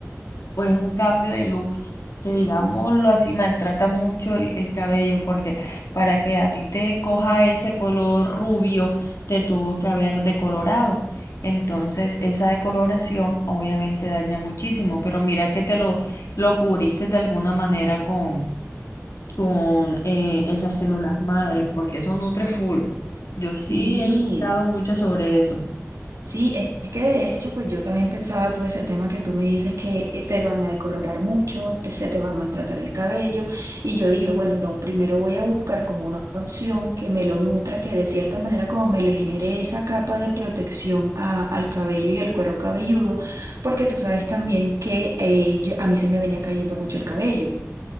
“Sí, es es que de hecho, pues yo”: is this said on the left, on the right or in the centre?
Right